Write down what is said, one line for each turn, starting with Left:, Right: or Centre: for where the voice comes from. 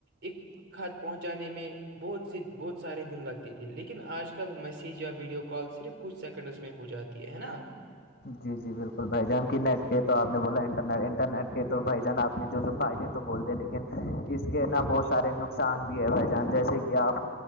Right: ایک کط پہنچانے میں بہت سے بہت سارے دن لگتے ج لیکن آج کل میسیج یا ویڈیو کال صرف کچھ سیکنڈس میں ہو جاتی ہے نا
Left: جی جی بالکل بھائی جان کی نیٹ کے تو آپ نے بولا ان انٹرنیٹ کے تو بھائی جان آپ جو جو فائدے تو بول دیں لیکن اس کے نا
Right: ہاں بھائی
Left: بہت سارے
Right: جان
Left: نقصان بھی ہے بھائی جان جیسے کہ آپ